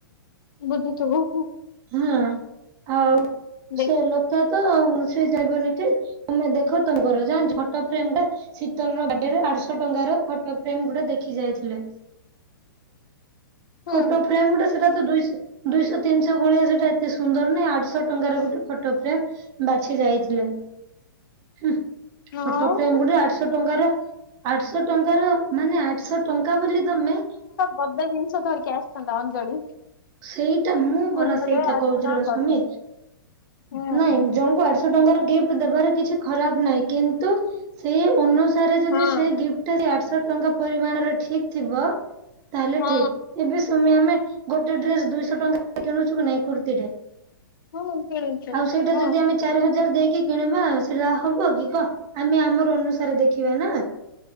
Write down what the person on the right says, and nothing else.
ହଁ ଆ
ସେଲ ତ ତ ସେ ଯାଇବନିିକି ତମେ ଦେଖ ତମର ଯା ଝଟ ଫ୍ରେମ ଟେ ଶୀତଳ ର ବାଡେରେ ଆଠଶହ ଟଙ୍କା ର ଫଟୋ ଫ୍ରେମ ଗୁଟେ ଦେଖି ଯାଇଥିଲେ।
ଫୋଟୋ ଫ୍ରେମ୍ ଟା ସେଟା ଦୁଇ ଦୁଇଶହ ତିନିଶହ ଭଳିଆ ସେଟା ଏତେ ସୁନ୍ଦର ନାହିଁ ଆଠଶହ ଟଙ୍କାର ଗୋଟେ ଫଟୋ ଫ୍ରେମ୍ ବାଛି ଯାଇଥିଲେ ହୁଁ
ଫଟୋ ଫ୍ରେମ୍ ଗୋଟେ ଆଠଶହ ଟଙ୍କାର ଆଠଶହ ଟଙ୍କାର। ମାନେ ଆଠଶହ ଟଙ୍କା ବୋଲି ତମେ
ସେଇଟା ମୁଁ ପରା
ସେଇଟା
କହୁଥିଲି
ବା ସାମୀ
ନାଇଁ ଜଣଙ୍କୁ ଆଠ୍ ଟଙ୍କାର ଗିଫ୍ଟ ଦେବାର କିଛି ଖରାପ ନାହିଁ କିନ୍ତୁ ସେଇ ଅନୁସାରେ ଯଦି
ସେ ଗିଫ୍ଟ ଯଦି ଆଠଶହ ଟଙ୍କା ପରିମାଣରେ ଠିକ୍ ଥିବ ତାହେଲେ
ଠିକ୍ ଏବେ ସୁମି ଆମେ। ଗୋଟେ ଡ୍ରେସ ଦୁଇଶହ ଟଙ୍କା କିଣୁଛୁ କି ନାଇଁ କୁର୍ତ୍ତୀଟେ
ଆଉ ସେଇଟା
ଯଦି ଆମେ ଗୋ ଚାରି ହଜାର ଦେଇକି କିଣିବା ସେଇଟା ହବ କି କହ ଆମେ ଆମର ଅନୁସାରେ ଦେଖିବା ନା